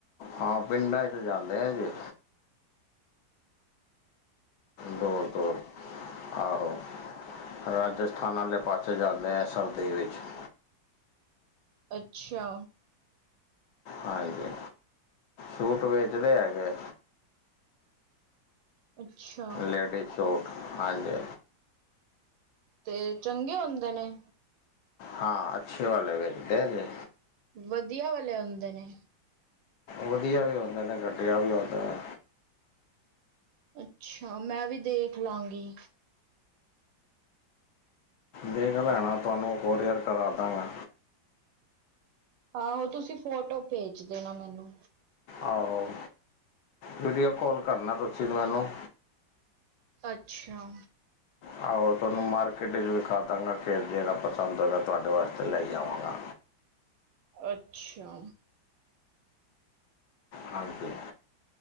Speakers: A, on the left; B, on the right.
A: ਹਾ ਪਿੰਡਾਂ ਚ ਜਾਂਦੇ ਹੈਗੇ। ਦੂਰ-ਦੂਰ ਆਹੋ। ਰਾਜਸਥਾਨ ਆਲੇ ਪਾਸੇ ਜਾਂਦੇ ਆ ਸਰਦੀ ਵਿੱਚ--ਵਿੱਚ।
B: ਅੱਛਾ।
A: ਹਾਂਜੀ, ਸੂਟ ਵੇਚਦੇ ਹੈਗੇ।
B: ਅੱਛਾ।
A: ਲੇਡੀਜ਼ ਸੂਟ ਹਾਂਜੀ।
B: ਤੇ ਚੰਗੇ ਹੁੰਦੇ ਨੇ।
A: ਹਾਂ, ਅੱਛੇ ਵਾਲੇ ਵੇਚਦੇ ਜੇ।
B: ਵਧੀਆ ਵਾਲੇ ਹੁਂਦੇ ਨੇ।
A: ਵਧੀਆ ਵੀ ਉਂਦੇ ਨੇ, ਘਟੀਆ ਵੀ ਉਂਦੇ ਨੇ।
B: ਅੱਛਾ, ਮੈਂ ਵੀ ਦੇਖ ਲਾਂਗੀ।
A: ਦੇੇਖ ਲੈਣਾ, ਤੁਹਾਨੂੰ ਕੋਰੀਅਰ ਕਰਾ ਦਾਂਗਾ।
B: ਆਹੋ! ਤੁਸੀਂ ਫੋਟੋ ਭੇਜ ਦੇਣਾ ਮੈਨੂੰ।
A: ਆਹੋ! ਵੀਡੀਓ ਕੋਲ ਕਰਨਾ ਤੁਸੀ ਮੈਨੂੰ।
B: ਅੱਛਾ।
A: ਆਹੋ! ਤੁਹਾਨੂੰ ਮਾਰਕੀਟ ਵਿਖਾ ਦਾਂਗਾ ਕਿ ਜੇਹੜਾ ਪਸੰਦ ਹੋਏਗਾ ਤੁਹਾਡੇ ਵਾਸਤੇ ਲਈ ਆਵਾਂਗਾ।
B: ਅੱਛਾ।
A: ਹਾਂਜੀ,